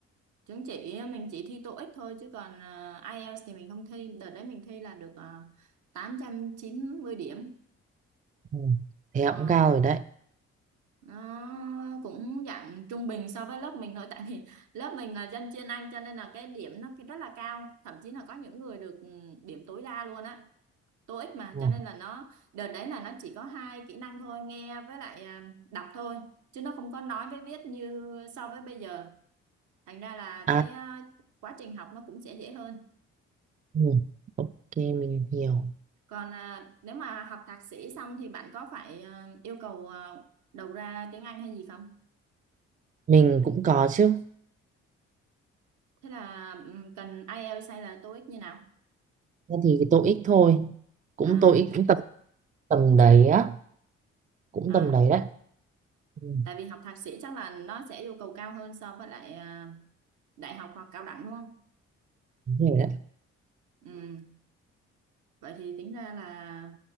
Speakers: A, on the right; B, on the right.
A: chứng chỉ mình chỉ thi TOEIC thôi chứ còn à, IELTS thì mình không thi, đợt đấy mình thi là được à, 890 điểm.
B: Ừ. Thế
A: Ờ,
B: cũng cao rồi đấy.
A: nó cũng dạng trung bình so với lớp mình thôi tại vì <laughs> lớp mình là dân chuyên Anh cho nên là cái điểm nó cái rất là cao thậm chí là có những người được ừ, điểm tối đa luôn á TOEIC mà
B: Ừ.
A: cho nên là nó đợt đấy là nó chỉ có hai kỹ năng thôi nghe với lại à, đọc thôi chứ nó không có nói với viết như so với bây giờ thành ra là
B: À,
A: cái à, quá trình học nó cũng sẽ dễ hơn
B: ừ. Ok, mình hiểu.
A: còn à, nếu mà học thạc sĩ xong thì bạn có phải à, yêu cầu à, đầu ra tiếng Anh hay gì không
B: Mình cũng có chứ.
A: thế là ừm, cần IELTS hay là TOEIC như nào
B: Thế Thì cái TOEIC thôi. Cũng
A: à
B: TOEIC cũng tầm tầm đấy á. Cũng
A: à
B: tầm đấy đấy. Ừ.
A: tại vì học thạc sĩ chắc là nó sẽ yêu cầu cao hơn so với lại à, đại học hoặc cao đẳng đúng không
B: đúng rồi đấy.
A: ừ Vậy thì tính ra là